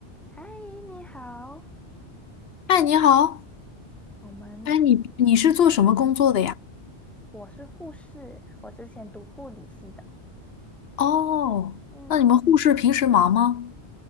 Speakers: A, in the centre; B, on the left (about 65°).
A: 嗨，你好，
B: 嗨，你好，
A: 我们，
B: 哎，你你是做什么工作的呀？
A: 嗯，我是护士，我之前读护理系的。
B: 哦，
A: 嗯，
B: 那你们护士平时忙吗？